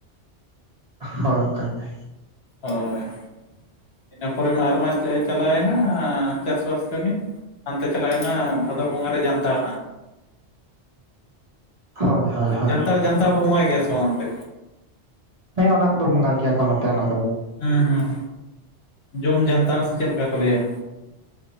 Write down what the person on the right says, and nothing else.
ᱦᱳᱭ ᱚᱱᱠᱟ ᱜᱮ
ᱦᱳᱭ ᱦᱳᱭ ᱦᱳᱭ
ᱦᱮᱸ ᱚᱱᱟ ᱠᱚᱫᱚ ᱵᱚᱸᱜᱟ ᱜᱮᱭᱟ ᱚᱱᱟᱛᱮ ᱱᱟ